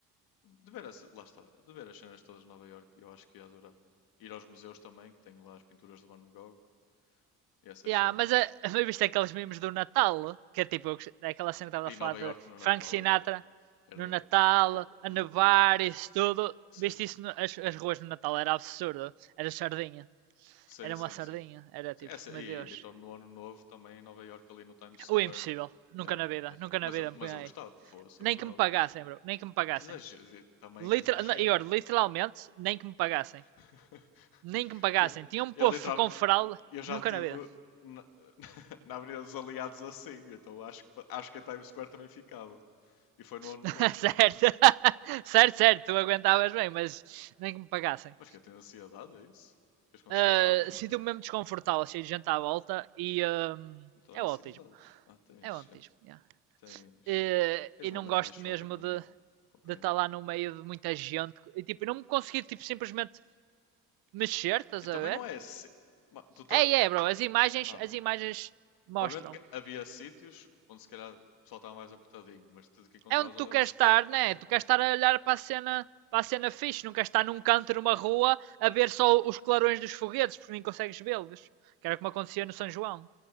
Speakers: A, on the left; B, on the right.
A: De ver, essa- lá está, de ver as cenas todas de Nova Iorque, eu acho que ia adorar. Ir aos museus também, que tem lá as pinturas de Van Gogh e essas
B: Yeah,
A: cenas.
B: mas a, a minha vista é <laughs> aqueles memes do Natal, que é tipo eu gost- é aquela cena que estava
A: E
B: a falar
A: Nova Iorque
B: de
A: no
B: Frank
A: Natal
B: Sinatra
A: era, era
B: no Natal,
A: lou-
B: a
A: loucura.
B: nevar, isso tudo.
A: Sim,
B: Viste isso, no- as, as ruas no Natal era absurdo, era sardinha,
A: sim,
B: era
A: sim,
B: uma sardinha,
A: sim.
B: era tipo,
A: Sim, essa-
B: meu
A: e
B: Deus,
A: então no ano novo também em Nova Iorque ali no Times Square.
B: o impossível, nunca
A: é,
B: na vida,
A: é ti-
B: nunca na
A: mas,
B: vida
A: eu,
B: me
A: mas
B: punha
A: eu
B: aí.
A: gostava, fosse, eu
B: Nem
A: adorava.
B: que me pagassem, bro, nem que me pagassem.
A: Que exagero, também que
B: Literal,
A: exagero.
B: na- e olha, literalmente, nem que me pagassem,
A: <laughs>
B: nem que me pagassem.
A: Tipo,
B: Tinha um povo
A: É literal,
B: com fralda,
A: eu já
B: nunca
A: tive
B: na vida.
A: na, <laughs> na Avenida dos Aliados assim, então acho, que- acho que a Times Square também ficava. E foi no ano
B: <laughs>
A: novo
B: certo,
A: também.
B: <laughs> certo, certo, tu aguentavas bem, mas nem que me pagassem.
A: Mas que eu tenho ansiedade, é isso? Ficas com ansiedade
B: Uh,
A: lá
B: Sinto-me
A: no meio?
B: mesmo desconfortável, cheio de gente à volta e um,
A: Então
B: é
A: é ansiedade.
B: o autismo.
A: Ah, tens,
B: É o autismo,
A: já,
B: yeah.
A: tens,
B: e,
A: tens
B: e
A: uma
B: não
A: mente
B: gosto
A: mais fraca
B: mesmo
A: que a
B: de,
A: minha. Compreendo.
B: de estar lá no meio de muita gente e tipo, não me conseguir tipo, simplesmente mexer, estás
A: E também
B: a ver?
A: não é. se- ma- Tu tá...
B: É, é, bro, as imagens,
A: Não, não
B: as
A: é.
B: imagens mostram.
A: Obviamente que havia sítios onde se calhar o pessoal estava mais apertadinho, mas tudo que encontravas
B: é onde tu
A: ali
B: queres
A: um spot
B: estar,
A: que estavas
B: né? Tu
A: bem.
B: queres estar a olhar para a cena, para a cena fixe, não queres estar num canto numa rua a ver só os clarões dos foguetes, porque nem consegues vê-los. Que era como acontecia no São João.